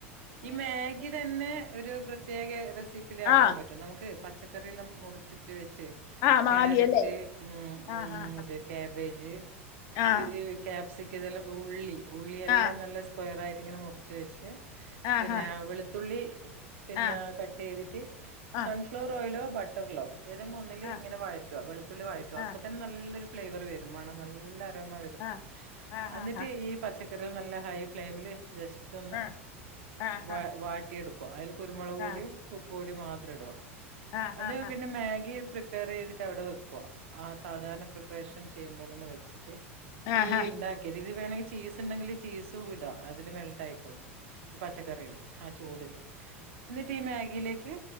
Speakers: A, on the right; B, on the left.
A: ഈ മാഗി തന്നെ ഒരു പ്രത്യേക റെസിപ്പിയില്
B: ആ
A: ആക്കാൻ പ റ്റും നമുക്ക് പച്ചക്കറി എല്ലം മുറിച്ചിട്ട് വെച്ച്
B: ആ മാഗി
A: കാരറ്റ്
B: അല്ലേ
A: ഉം
B: ആ
A: ഉം
B: ആ
A: ഇത്. കബേജ്
B: ആ
A: ഇത് ക്യാപ്സികം ഇതെല്ലാം ഉള്ളി ഉള്ളി എല്ലാം
B: ആ ആ
A: നല്ല. സ്ക്വയ്റായിട്ട്ങ്ങനെ മുറിച്ച് വെച്ച്.
B: ആ
A: പിന്നെ
B: ഹാ
A: വെളുത്തുള്ളി പിന്നെ
B: ആ
A: കട്ടെയ്തിട്ട്.
B: ആ
A: സൺഫ്ലവർ ഓയിലോ ബട്ടറ്ലോ. ഏതെങ്ങ് ഒന്നില്
B: ആ
A: ഇങ്ങനെ വഴറ്റോ വെളുത്തുള്ളി വഴറ്റോ
B: ആ
A: അപ്പൊ തന്നെ നല്ലൊരു ഫ്ലേവർ വരും മണം നല്ല ഒര് മ വരും.
B: ആ ആ ഹാ
A: അന്നിട്ട്
B: ഹാ
A: ഈ പച്ചക്കറികൾ നല്ല ഹൈ ഫ്ലെയിമില് ജസ്റ്റ് ഒന്ന്.
B: ആ ആ ഹാ
A: വ വെട്ടിയെടുക്കുവ അയില് കുരുമൊളക്
B: ആ
A: പൊടിയും ഉപ്പു പ്പൊടിയും മാത്രം ഇടുക.
B: ആ ഹാ
A: അത്
B: ഹാ
A: പിന്നെ മാഗി പ്രിപ്പയ്റെയ്തിട്ട് അവിടെ വെക്കുവാ ആ സാധാര്ണ പ്രി റെഷൻ ചെയ്യും പോലെന്നെ വെച്ചിട്ട്
B: ആ
A: ഈ
B: ഹാ ആ ഹാ ആ ഹാ ആ ഹാ ആ ഹാ
A: ഇണ്ടാക്കിയതിൽ വേണങ്കിൽ ചീസ്ണ്ടെങ്കിൽ. ചീസും ഇടാ അതില് മെൽട്ടായിക്കോളും ഈ പച്ചക്കറിയില് ആ ചൂടില്. എന്നിട്ട് ഈ മാഗിയിലേക്ക്